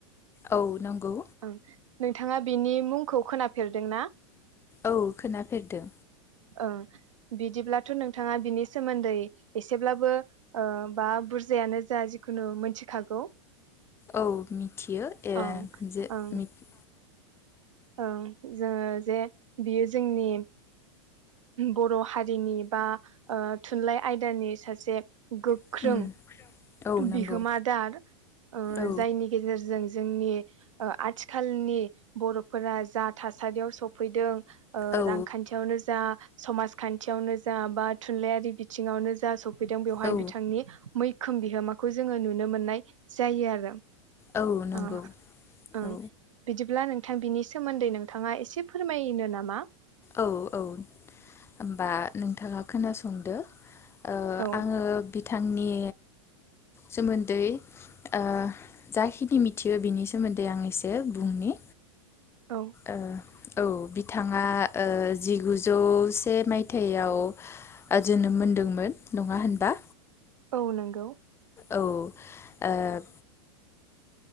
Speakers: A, on the left; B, on the right.
A: औ नंगौ
B: ओं नोंथाङा बिनि मुंखौ खोनाफेरदों ना?
A: औ खोनाफेरदों।
B: ओं बिदिब्लाथ' नोंथाङा बिनि सोमोन्दै एसेब्लाबो ओह बा बुरजायानो जा जिखुनु मोनथिखागौ।
A: औ मिथियो ए
B: ओं
A: जे
B: ओं
A: मिथ
B: ओं जोंङो जे बियो जोंनि बर' हारिनि बा ओ थुनलाइ आयदानि सासे गोख्रों
A: उम औ
B: बिहोमा
A: नंगौ
B: दार ओ
A: औ
B: जायनि गेजेरजों जोंनि ओ आथिखालनि बर' फोरा जा थासारियाव सफैदों ओ
A: औ
B: रांखान्थियावनो जा समाजखान्थियावनो जा बा थुनलाइयारि बिथिङावनो जा सब फैदों बेवहाय
A: औ
B: बिथांनि मै खोम बिहोमाखौ जोङो नुनो मोननाय जायो आरो।
A: औ नंगौ
B: अ ओं
A: औ
B: बिदिब्ला नों थां बिनि सोमोन्दै नोंथाङा एसे फोरमायनो नामा?
A: औ-औ होनबा नोंथाङा खोनासंदो। ओ
B: औ
A: आङो बिथांनि सोमोन्दै ओ जाखिनि मिथियो बिनि सोमोन्दै आं एसे बुंनि।
B: औ।
A: ओ औ बिथाङा जिगुजौ से मायथाइयाव जोनोम मोनदोंमोन नङा होनबा?
B: औ नंगौ।
A: औ ओ।